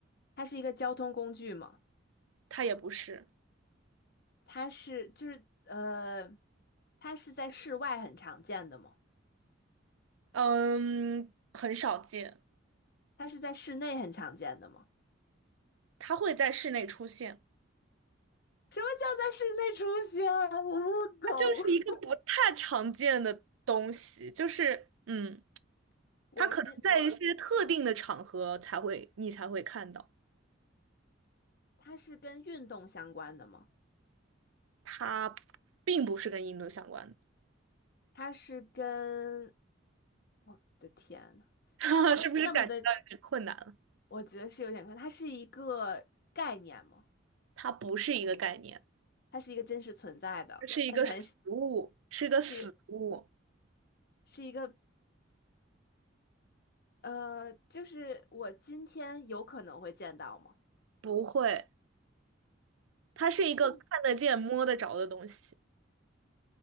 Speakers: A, on the left; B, on the right.
A: 它是一个交通工具吗？
B: 它也不是，
A: 它是就是呃，它是在室外很常见的吗？
B: 嗯，很少见，
A: 它是在室内很常见的吗？
B: 它会在室内出现。
A: 什么叫在室内出现啊？我不懂。
B: 它就是一个不太常见的东西，就是嗯，
A: <laughs> 我今我
B: 它可能在一些特定的场合才会你才会看到，
A: 它是跟运动相关的吗？
B: 它并不是跟印度相关的，
A: 它是跟我的天呐，
B: <laughs>
A: 它不是那么的，
B: 是不是感觉到有点困难了？
A: 我觉得是有点快，它是一个概念嘛，
B: 它不是一个概念，
A: 它是一个真实存在的，
B: 这是一个实物，
A: 但是还是
B: 是一个死物，
A: 这个是一个呃，就是我今天有可能会见到吗？
B: 不会，它是一个看得见、
A: 但是，
B: 摸得着的东西。